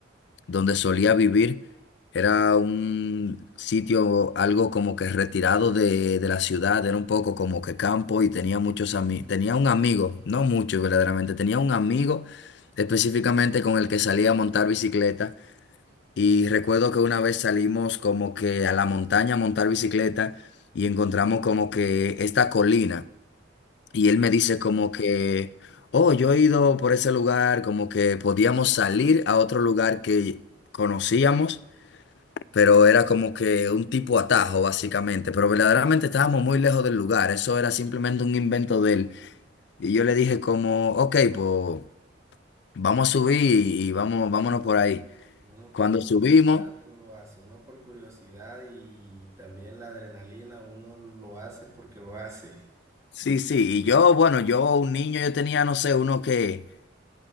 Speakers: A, on the left; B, on the right.
A: donde solía vivir era un sitio algo como que retirado de, de la ciudad, era un poco como que campo y tenía muchos amigos. Tenía un amigo, no mucho verdaderamente, tenía un amigo específicamente con el que salía a montar bicicleta. Y recuerdo que una vez salimos como que a la montaña a montar bicicleta y encontramos como que esta colina. Y él me dice
B: Entiendo.
A: como que, oh, yo he ido por ese lugar, como que podíamos salir a otro lugar que conocíamos, pero era como que un tipo atajo básicamente. Pero verdaderamente estábamos muy lejos del lugar, eso era simplemente un invento de él. Y yo le dije como, ok, pues vamos a subir y vamos, vámonos por ahí.
B: Y uno por
A: Cuando
B: curiosidad
A: subimos...
B: uno lo hace, uno por curiosidad y también la adrenalina, uno lo hace porque lo hace.
A: Sí, sí, y yo, bueno, yo un niño, yo tenía, no sé, uno que